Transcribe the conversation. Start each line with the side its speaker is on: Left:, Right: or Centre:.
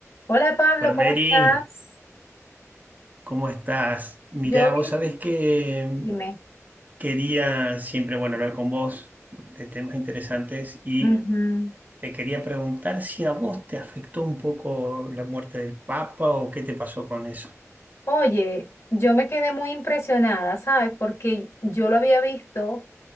Left: Hola Pablo,
Right: Colmeri,
Left: ¿cómo estás?
Right: ¿cómo estás? Mirá,
Left: Yo bien.
Right: vos sabés que
Left: Dime.
Right: quería siempre, bueno, hablar con vos de temas interesantes y
Left: Ujú.
Right: te quería preguntar si a vos te afectó un poco la muerte del Papa o qué te pasó con eso.
Left: Oye, yo me quedé muy impresionada, ¿sabes? Porque yo lo había visto.